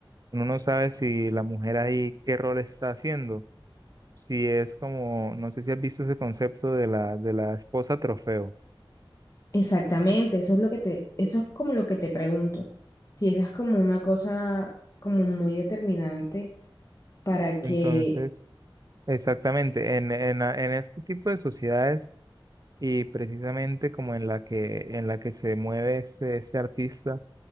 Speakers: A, on the right; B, on the left.
A: uno no sabe si la mujer ahí qué rol está haciendo. Si es como, no sé si has visto ese concepto de la, de la esposa trofeo.
B: Exactamente, eso es lo que te, eso es como lo que te pregunto. Si esa es como una cosa como muy determinante para que,
A: Entonces, Exactamente, en, en, la- en este tipo de sociedades y precisamente como en la que, en la que se mueve este, este artista,